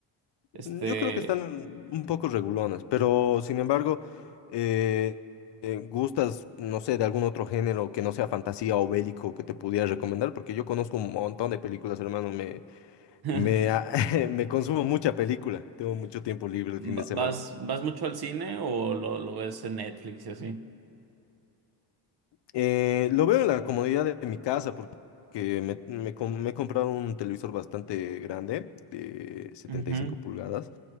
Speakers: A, on the right; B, on the left.
A: Este,
B: Mm, Yo creo que están un poco regulonas, pero sin embargo, eh, eh, ¿gustas, no sé, de algún otro género que no sea fantasía o bélico que te pudiera recomendar? Porque yo conozco un montón de películas, hermano, me
A: <laughs> va-
B: Me, a- <laughs> me consumo mucha película, tengo mucho tiempo libre el
A: ¿vas,
B: fin de semana.
A: vas mucho al cine o lo, lo ves en Netflix y así?
B: Eh, lo veo en la comodidad de mi casa porque me, me com- me he comprado un televisor bastante grande de setenta
A: Ujú.
B: y cinco pulgadas